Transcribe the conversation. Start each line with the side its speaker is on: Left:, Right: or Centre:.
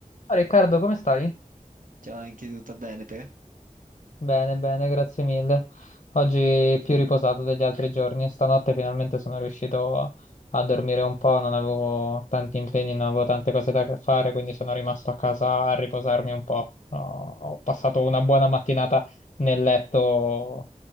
Left: Ciao Riccardo, come stai?
Right: Ciao, anche tutto bene te?
Left: Bene, bene, grazie mille. Oggi più riposato degli altri giorni. Stanotte finalmente sono riuscito a, a dormire un po', non avevo tanti impegni, non avevo tante cose da fare, quindi sono rimasto a casa a riposarmi un po'. Ho, ho passato una buona mattinata nel letto